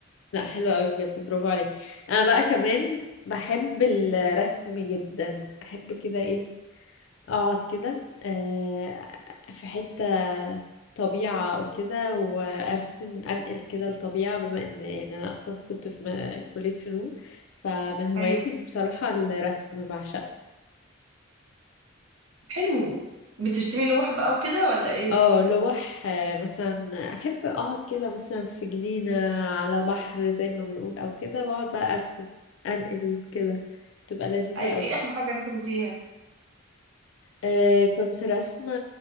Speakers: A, on the left; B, on the right.
A: لا حلو قوي بجد برافو عليك انا بقى كمان بحب الرسم جدا احب كده ايه اقعد كده آه، في حتة طبيعة او كده وارسم انقل كده الطبيعة بما ان يعني انا اصلا كنت في م- كلية فنون فمن هواياتي
B: ايوه
A: بصراحة الرسم بعشقه
B: حلو بترسمي لوح بقى وكده ولا ايه
A: اه لوح آه، مثلا احب اقعد كده مثلا في جنينة على بحر زي ما بنقول او كده واقعد بقى ارسم انقل كده تبقى لذيذة
B: ايوه
A: قوي
B: ايه اخر حاجه رسمتيها
A: آه كنت راسمة